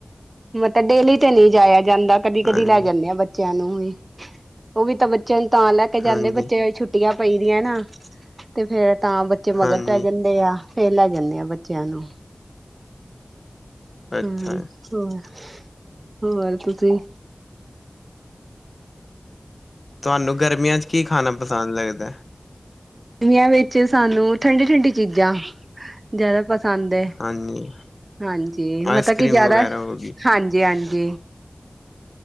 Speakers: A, on the right; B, on the left.
A: ਮਤ ਡੇਲੀ ਤੇ ਨੀ ਜਾਇਆ ਜਾਂਦਾ। ਕਦੀ-ਕਦੀ
B: ਹਾਂਜੀ
A: ਲੈ ਜਾਨੇ ਆ ਬੱਚਿਆ ਨੂੰ ਵੀ ਉਹ ਵੀ ਤਾ ਬੱਚਿਆ ਨੂੰ ਤਾ ਲੈ ਕੇ ਜਾਨੇ
B: ਹਾਂਜੀ
A: ਬੱਚਿਆ ਛੁੱ ਛੁੱਟੀਆ ਪਈ ਦੀਆ ਨਾ। ਤੇ ਫੇਰ ਤਾ ਬੱਚੇ ਮਗਰ
B: ਹਾਂਜੀ
A: ਪੈ ਜਾਂਦੇ ਆ ਫੇਰ ਲੈ ਜਾਨੇ ਆ ਬੱਚਿਆਂ ਨੂੰ।
B: ਅੱਛਾ
A: ਹਮ ਹਾਂ ਹੋਰ ਤੁਸੀ?
B: ਤੁਹਾਨੂੰ ਗਰਮੀਆਂ ਚ ਕੀ ਖਾਣਾ ਪਸੰਦ ਲੱਗਦਾ?
A: ਆਂ ਵਿੱਚ ਸਾਨੂੰ ਠੰਡੀ-ਠੰਡੀ ਚੀਜ਼ਾਂ ਜਾਦਾ ਪਸੰਦ ਹੈ
B: ਹਾਂਜੀ
A: ਹਾਂਜੀ ਮਤਲਬ
B: ਆਈਸ ਕਰ੍ਰੀਮ
A: ਕੀ ਜਾਦਾ
B: ਵਗੈਰਾ ਹੋ ਗਈ
A: ਹਾਂਜੀ-ਹਾਂਜੀ।